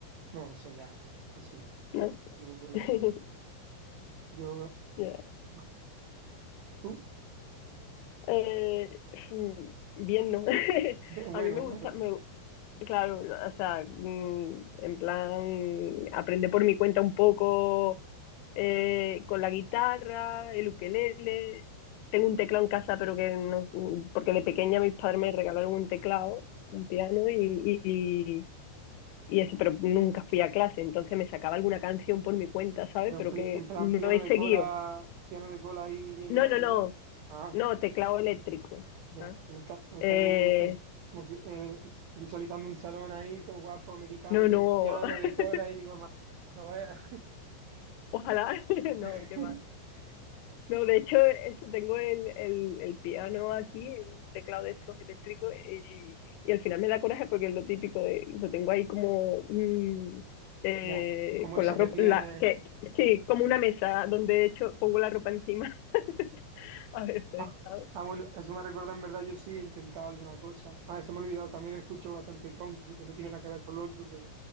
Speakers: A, on the right (about 85°); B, on the left (about 80°).
A: no, eso ya, eso ya no.
B: ¿No?
A: Digo por eso.
B: <laughs>
A: Yo,
B: Ya.
A: no. tú,
B: Eh, mm, bien, ¿no? <laughs>
A: <laughs> bueno,
B: A mí me gusta,
A: pero,
B: me, Claro, o sea, mm, en plan, aprender por mi cuenta un poco eh, con la guitarra, el ukelele. Tengo un teclado en casa, pero que no, porque de pequeña mis padres me regalaron un teclado, un piano y, y, y eso, pero nunca fui a clase, entonces me sacaba alguna canción por mi cuenta, ¿sabes?
A: pero
B: Pero
A: en, pli-
B: que
A: en plan
B: no
A: piano
B: he
A: de
B: seguido.
A: cola, piano de cola ahí bien
B: No,
A: grande,
B: no, no,
A: guapo. Ah,
B: no, teclado eléctrico.
A: ya,
B: ¿sabes?
A: me está, me
B: Eh,
A: está emo- me- eh, emoci- eh, visualizando un salón ahí, todo guapo, americano,
B: no, no,
A: con un piano de
B: <laughs>
A: cola y digo, "Ma- no veas.
B: ojalá, <laughs> no,
A: <laughs>
B: qué va. No, de hecho, eso, tengo el, el, el piano aquí, el teclado de estos eléctricos, y, y al final me da coraje porque es lo típico, de, lo tengo ahí como mm, eh,
A: Ya, co- como
B: con
A: eso
B: la ropa,
A: que tiene.
B: la, que, sí, como una mesa donde de hecho pongo la ropa encima <laughs> a veces,
A: Ah,
B: ¿sabes?
A: ah, bueno, eso me recuerda, en verdad, yo sí he intentado alguna cosa. Ah, se me ha olvidado, también escucho bastante country, que no tiene nada que ver con lo otro,